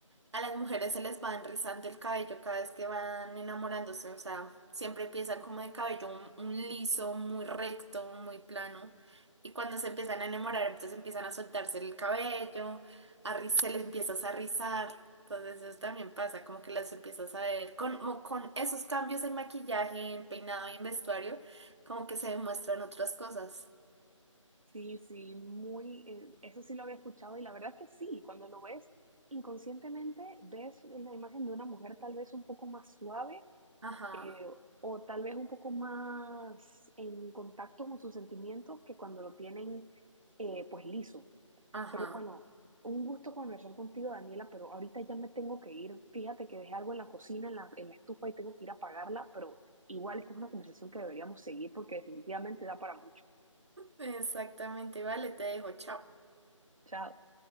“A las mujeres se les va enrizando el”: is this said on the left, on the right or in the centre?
Right